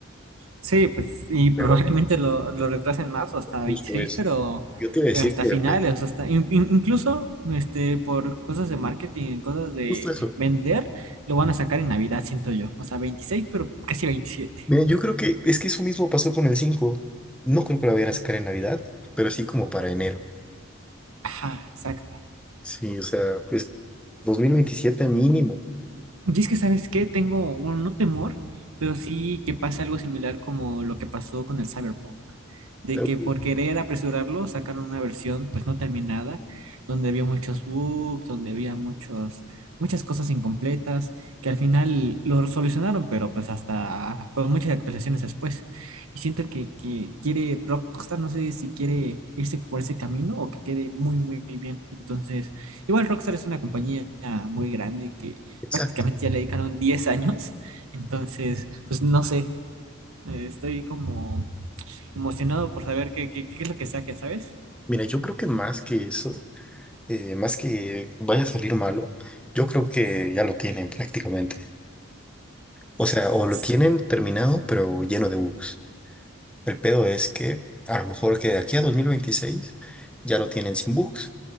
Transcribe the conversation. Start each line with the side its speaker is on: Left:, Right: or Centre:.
Right: Sí, pues, y probablemente
Centre: pero
Right: lo, lo retrasen más o hasta
Centre: justo
Right: veintiséis
Centre: eso.
Right: pero,
Centre: Yo te iba a decir
Right: pero hasta
Centre: que
Right: finales,
Centre: el 20,
Right: o sea, hasta in- in- incluso este, por cosas de marketing, cosas de
Centre: justo eso.
Right: vender, lo van a sacar en Navidad, siento yo. O sea, veintiséis pero casi veintisiete
Centre: Mira, yo creo que es que eso mismo pasó con el 5. No creo que lo vayan a sacar en Navidad, pero sí como para enero.
Right: Ajá, exacto.
Centre: Sí, o sea, pues 2027 mínimo.
Right: Y es que, ¿sabes qué? Tengo, bueno, no temor, pero sí que pase algo similar como lo que pasó con el Cyberpunk. De
Centre: Pero,
Right: que por querer apresurarlo sacaron una versión pues no terminada, donde había muchos bugs, donde había muchos, muchas cosas incompletas, que al final lo solucionaron, pero pues hasta con muchas actualizaciones después. Y siento que, que quiere Rockstar, no sé si quiere irse por ese camino o que quede muy, muy bien. Entonces... Igual Rockstar es una compañía muy grande que,
Centre: Exacto.
Right: prácticamente ya le dedicaron 10 años. Entonces, pues no sé, eh, estoy como emocionado por saber qué, qué, qué es lo que saquen, ¿sabes?
Centre: Mira, yo creo que más que eso, eh, más que vaya a salir malo, yo creo que ya lo tienen prácticamente. O sea, o lo
Right: S-
Centre: tienen terminado, pero lleno de bugs. El pedo es que a lo mejor que de aquí a 2026 ya lo tienen sin bugs.